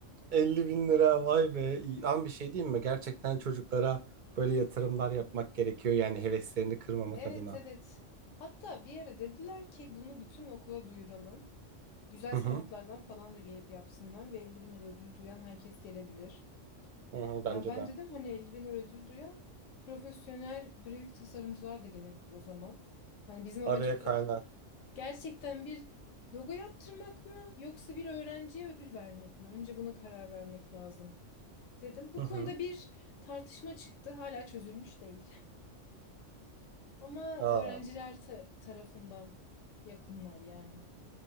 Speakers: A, on the right; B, on the left.
A: 50 bin lira vay be. İyi. Ama bir şey diyeyim mi? Gerçekten çocuklara böyle yatırımlar yapmak gerekiyor. Yani heveslerini kırmamak
B: Evet
A: adına.
B: evet. Hatta bir yere dediler ki bunu bütün okula duyuralım. Güzel
A: Hı
B: sanatlardan
A: hı.
B: falan da gelip yapsınlar ve 50 bin lira ödül duyan herkes gelebilir.
A: Hı hı, bence
B: Ya ben
A: de.
B: dedim hani 50 bin lira ödül duyan profesyonel grafik tasarımcılar da gelebilir o zaman. Hani bizim amacımız
A: Araya kaynar.
B: o- gerçekten bir logo yaptırmak mı yoksa bir öğrenciye ödül vermek mi? Önce buna karar vermek lazım dedim. Bu
A: Hı hı.
B: konuda bir tartışma çıktı. Hala çözülmüş değil. Ama
A: Aa,
B: öğrenciler ta- tarafından yakınlar yani.